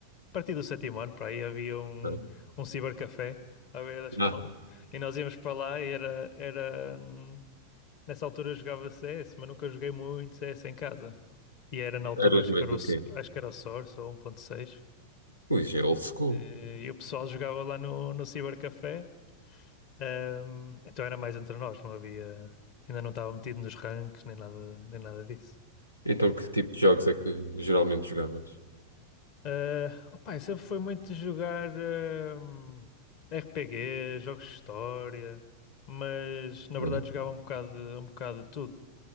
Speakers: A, on the left (about 45°); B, on the left (about 80°).
A: partir do sétimo ano, para aí havia um,
B: Ah,
A: um cibercafé à beira da escola
B: Ah,
A: e nós íamos para lá e era, era hum, nessa altura eu jogava CS, mas nunca joguei muito CS em casa. E era na altura,
B: eras
A: acho
B: mais
A: que era
B: do
A: o, S-
B: que. eu.
A: acho que era o Source ou 1.6.
B: Ui, já é old school.
A: Eh, E o pessoal jogava lá no, no cibercafé, hum, então era mais entre nós, não havia, ainda não estava metido nos ranks nem nada, nem nada disso.
B: Então, que tipo de jogos é que geralmente jogavas?
A: Ah, opa, eu sempre foi muito de jogar ahm, RPG, jogos de história, mas na verdade
B: Bem,
A: jogava um bocado de, um bocado de tudo.